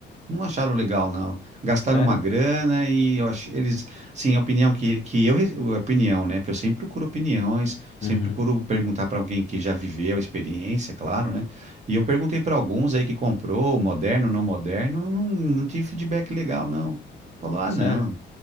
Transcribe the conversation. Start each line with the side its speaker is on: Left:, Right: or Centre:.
Right: Não acharam legal, não. Gastaram
Left: Sério?
Right: uma grana e eu ach... eles, sim, a opinião que, que eu, re- a opinião, né, que eu sempre procuro opiniões, sempre
Left: Uhum.
Right: procuro perguntar para alguém que já viveu a experiência, claro, né? E eu perguntei para alguns aí que comprou, moderno, não moderno, não, não tive feedback legal, não. Falou, ah,
Left: Sério?
Right: não.